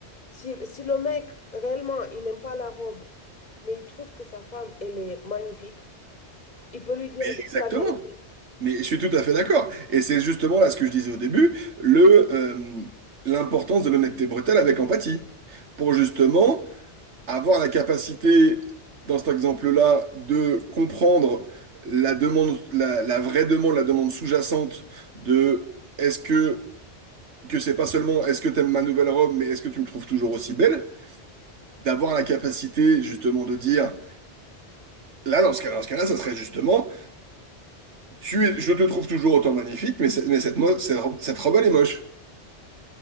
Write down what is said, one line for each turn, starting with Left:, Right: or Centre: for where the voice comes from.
Left: Si, si le mec, réellement, il n'aime pas la robe, mais il trouve que sa femme, elle est magnifique, il peut lui dire juste
Right: Exactement.
Left: la vérité.
Right: Mais je suis tout à fait d'accord. Et c'est justement là ce que je disais au début, le, euh, l'importance de l'honnêteté brutale avec empathie. Pour justement avoir la capacité, dans cet exemple-là, de comprendre la demande, la, la vraie demande, la demande sous-jacente de est-ce que, que c'est pas seulement est-ce que t'aimes ma nouvelle robe, mais est-ce que tu me trouves toujours aussi belle? D'avoir la capacité justement de dire, là, dans ce cas, dans ce cas-là, ça serait justement. Tu es, je te trouve toujours autant magnifique, mais, c'est- mais cette, mo- cette robe cette robe, elle est moche.